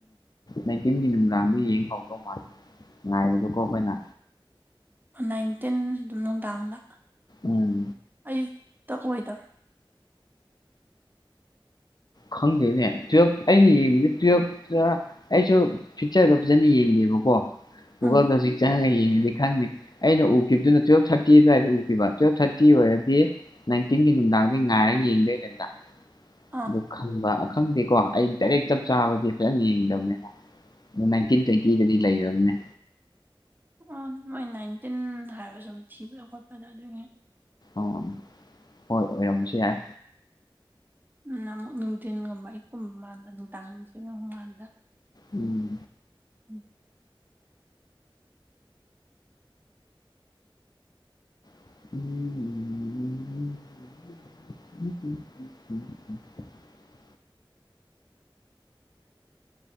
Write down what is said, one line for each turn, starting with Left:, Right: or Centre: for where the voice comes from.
Left: ꯅꯥꯏꯇꯤꯟꯒꯤ ꯅꯨꯡꯗꯥꯡꯗ ꯌꯦꯡꯍꯧꯗꯧ ꯃꯥꯜꯂꯦ ꯉꯥꯢꯕꯗꯨ ꯑꯩꯈꯣꯢꯅ
Right: ꯅꯥꯏꯟꯇꯤꯟ ꯅꯨꯡꯗꯥꯡꯗ
Left: ꯎꯝ
Right: ꯑꯌꯨꯛ ꯇꯥ ꯑꯣꯏꯗꯕ꯭ꯔꯣ
Left: ꯈꯪꯗꯦꯅꯦ ꯇꯨꯌꯦꯜꯚ ꯑꯩꯅ ꯌꯦꯡꯕꯅꯦ ꯇꯨꯌꯦꯜꯚꯇ ꯑꯩꯁꯨ ꯐꯤꯛꯆꯔꯗꯣ ꯐꯖꯅ ꯌꯦꯡꯗꯦ ꯒꯦꯕꯀꯣ ꯒꯨꯒꯥꯜꯗ
Right: ꯎꯝ
Left: ꯆꯪꯉꯥꯒ ꯌꯦꯡ ꯌꯦꯡꯉꯗꯤ ꯈꯪꯅꯤ ꯑꯩꯅ ꯎꯈꯤꯕꯗꯨꯅ ꯇꯨꯌꯦꯜꯚꯊꯥꯔꯇꯤ ꯑꯗꯨꯋꯥꯏꯗ ꯎꯈꯤꯕ ꯇꯨꯌꯦꯜꯚ ꯊꯥꯔꯇꯤ ꯑꯣꯏꯔꯗꯤ ꯅꯥꯢꯟꯇꯤꯟꯒꯤ ꯅꯨꯡꯗꯥꯡꯗ ꯉꯥꯏꯔꯒ ꯌꯦꯡꯗꯣꯏ ꯅꯠꯇ꯭ꯔꯥ
Right: INAUDIBLE
Left: ꯑꯗꯨ ꯈꯟꯕ ꯈꯪꯗꯦꯀꯣ ꯑꯩ ꯗꯥꯢꯔꯦꯛ ꯆꯞ- ꯆꯥꯕꯗꯤ ꯐꯖ ꯌꯦꯡꯗꯕꯅꯦꯕ ꯅꯥꯟꯇꯤꯟ ꯇꯣꯏꯟꯇꯤꯗꯗꯤ ꯂꯩꯔꯕꯅꯦ
Right: ꯑꯥ ꯃꯣꯏ ꯅꯥꯏꯟꯇꯤꯟ ꯍꯥꯏꯕ ꯁꯨꯝ ꯊꯤꯕꯗ- ꯈꯣꯠꯄꯗ ꯑꯗꯨꯏꯅꯦ
Left: ꯑꯣꯑꯣ ꯍꯣꯏ ꯑꯣꯏꯔꯝꯕꯁꯨ ꯌꯥꯏ
Right: ꯅꯃꯨꯛ ꯅꯨꯡꯊꯤꯟꯒꯨꯝꯕ ꯑꯌꯨꯛꯀꯨꯝꯕ ꯃꯥꯜꯗ ꯅꯨꯡꯗꯥꯡꯁꯤꯒꯨꯝꯕ ꯃꯥꯟꯕ
Left: ꯎꯝ
Right: INAUDIBLE
Left: INAUDIBLE <unintelligible>